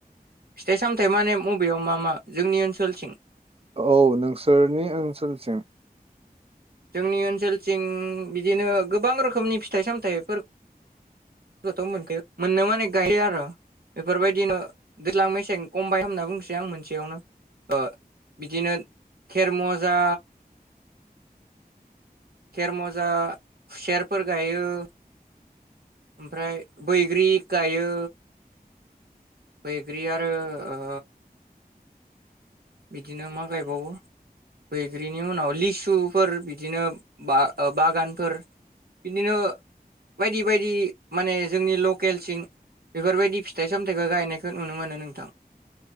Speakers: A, on the right (about 70°); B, on the right (about 35°).
A: फिथाइ सामथायाइ माने मबेयाव मा मा जोंनि ओनसोलथिं
B: औ नोंसोरनि ओनसोलसिं
A: जोंनि ओनसोलथिं बिदिनो गोबां रोखोमनि फिथाइ सामथाइफोर खौथ' मोनखायो मोननो माने गायो आरो बेफोरबायदिनो दैज्लां मेसें खमबाइन खालामना बुंसै आं मोनसेयावनो ओ बिदिनो खेर मुवाजा खेर मजा खुसेरफोर गायो ओमफ्राय बैग्रि गायो बैग्रि आरो ओ बिदिनो मा गायबावो बैग्रिनि उनाव लिसुफोर बिदिनो बा ओ बागानफोर बिदिनो बायदि बायदि माने जोंनि लकेल सिं बेफोरबायदि फिथाइ सामथायाइखौ गायनायखौ नुनो मोनो नोंथां ।